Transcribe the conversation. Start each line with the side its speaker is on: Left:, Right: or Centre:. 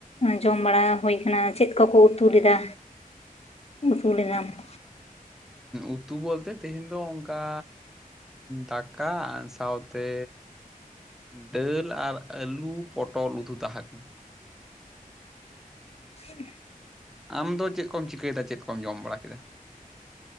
Left: ᱡᱚᱢ ᱵᱟᱲᱟ ᱦᱩᱭ ᱟᱠᱟᱱᱟ ᱪᱮᱫ ᱠᱚᱠᱚ ᱩᱛᱩ ᱞᱮᱫᱟ? ᱟᱹᱥᱩᱞ ᱞᱮ ᱫᱟᱢ ᱾
Centre: ᱩᱛᱩ ᱵᱚᱞᱛᱮ ᱛᱮᱦᱮᱧ ᱫᱚ ᱚᱱᱠᱟ ᱫᱟᱠᱟ ᱥᱟᱶᱛᱮ ᱫᱟᱹᱞ ᱟᱨ ᱟᱹᱞᱩ ᱯᱚᱴᱚᱞ ᱩᱛᱩ ᱛᱟᱦᱮᱸ ᱠᱟᱱᱟ᱾
Left: ᱦᱩᱸ ᱾
Centre: ᱟᱢ ᱫᱚ ᱪᱮᱫ ᱠᱚᱢ ᱪᱤᱠᱟᱹᱭᱮᱫᱟ ᱪᱮᱫ ᱠᱚᱢ ᱡᱚᱢ ᱵᱟᱲᱟ ᱠᱮᱫᱟ?